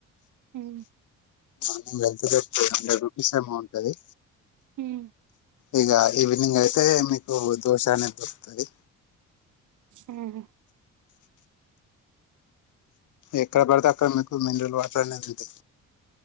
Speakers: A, on the right; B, on the left.
A: హ్మ్
B: <unintelligible> హండ్రెడ్ రూపీస్ ఏమో ఉంటది అది
A: హ్మ్
B: ఇగ ఈవినింగ్ అయితే మీకు దోశ అనేది దొరుకుతది.
A: హ్మ్
B: ఎక్కడ పడితే అక్కడ మీకు మినరల్ వాటర్ అనేది ఉ